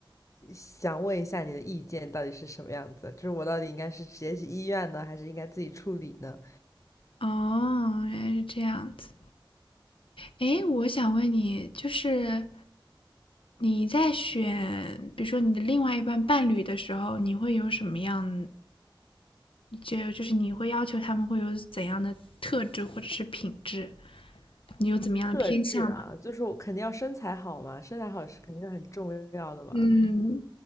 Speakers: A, on the left; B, on the left.
A: 想问一下你的意见到底是什么样子？就是我到底应该是直接去医院呢，还是应该自己处理呢？
B: 哦，原来是这样子。诶，我想问你，就是你在选，比如说你的另外一半伴侣的时候，你会有什么样，就就是你会要求他们会有怎样的特质或者是品质？你有怎么样的偏向吗？
A: 特质啊，就是我肯定要身材好嘛，身材好是肯定很重要的嘛。
B: 嗯